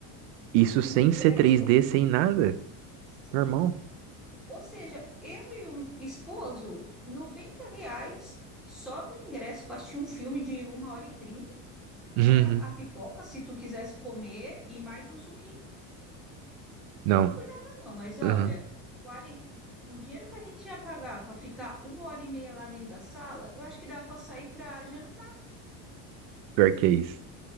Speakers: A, on the right (about 65°); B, in the centre.
A: Isso sem
B: um ingresso.
A: ser 3D, sem nada?
B: Sim.
A: Normal.
B: Ou seja, eu e o esposo, 90 reais só do ingresso para assistir um filme de uma hora e trinta fora
A: Uhum.
B: a pipoca, se tu quisesse comer, e mais um suquinho
A: Não.
B: Não é por nada, não, mas olha,
A: Uhum.
B: 40 o dinheiro que a gente ia pagar para ficar uma hora e meia lá dentro da sala, eu acho que dá para sair para jantar.
A: Pior que é isso.